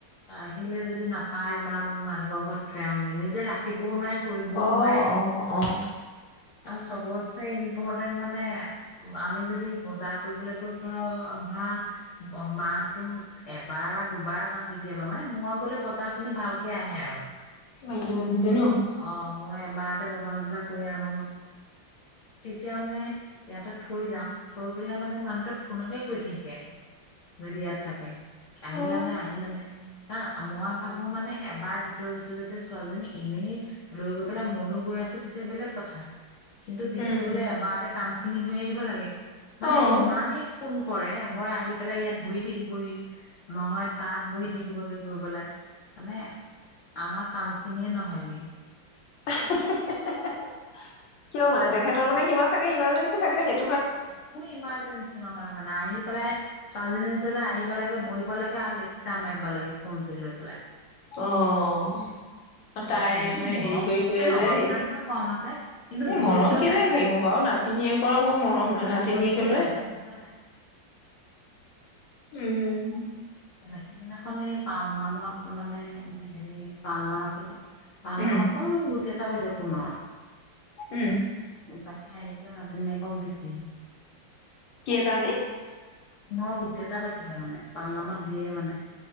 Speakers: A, on the left (about 65°); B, on the left (about 80°).
A: আহিলে যদি নাপায় বা কৰ ঘৰত থৈ আহোগে নিজে ৰাখিবও নোৱাৰি কৰিবও
B: অ',
A: নোৱাৰি।
B: অ', অহ
A: আৰু চবতছে ইম্পৰ্টেণ্ট মানে আমি যদি বজাৰ কৰিবলেতো ধৰ ধৰা মাহটো এবাৰ বা দুবাৰ যাওঁ কি কেতিয়াবা মানে মই গ'লে বজাৰখিনি ভালকে আহে আৰু
B: মাইকী মানুহ যে ন?
A: অ। মই এবাৰতে বজা-চজা কৰি আনো, তেতিয়া মানে ইয়াতে থৈ যাওঁ, থৈ গ'লে মানে মানুহটো ফোনকে কৈ থাকে, যদি ইয়াত থাকে। আহিলানে-আহিলানে
B: অ',
A: কা মই ভাবো মানে এবাৰ দি থৈ গৈছে যদি ছোৱালীজনী এনেই, লৈ গৈ পেলাই মইোয়ো গৈ আছ তেতিয়া বেলেগ কথা। কিন্তু দি
B: উম,
A: থৈ গ'লে এবাৰতে কাম খি খিনি হৈ আহিব লাগে। মানে
B: অ'।
A: ইমানেই ফোন কৰে, হয় আহি পেলাই ইয়াত বহি থাকিবহি, নহয় তাত বহি থাকিবগে গৈ পেলাই, মানে আমাৰ কাম খিনিয়ে ন হয়গে।
B: <unintelligible> কিয় মানে, তেখেতৰ মানে কিবা চাগে ইমাৰ্জেঞ্চি থাকে সেই
A: একো ইমাৰ্জেঞ্চি নহয় মান আহি পেলাই, ছোৱালীজনীৰ ওচৰলে আহিব লাগে, বহিব লাগে, আৰু লেকচাৰ মাৰিব লাগে ফোন টো লৈ পেলাই।
B: অ'।
A: সেইটোৱে
B: তাই মানে
A: মৰমটো
B: হেৰি কৰি ফুৰে
A: মানে
B: যে
A: অত্যন্ত
B: সেই,
A: মৰম আছে কিন্তু
B: এই
A: ধৈৰ্য্য
B: মৰম কেলে
A: নাই
B: নাথাকিব বাৰু নাত তিনি একৰ আক বহুত মৰম ন নাতিনীয়েকলৈ?
A: ধৈৰ্য্য নাই ধৈৰ্য্য নাই
B: উম।
A: সিদিনাখন এই পাল নামত মানে হেৰি, পাল নাম আছিলে। তাল
B: উম
A: মানে অকমানি গোট <inaudible> টি এটা পাইছে সোণৰ।
B: উম।
A: তাকে আহি পেলাই নাতিনীয়েকক দিছেহি।
B: কি এটা আনি?
A: সোণৰ গুটি এটা পাইছিলে মানে, পাল নামত দিয়ে মানে।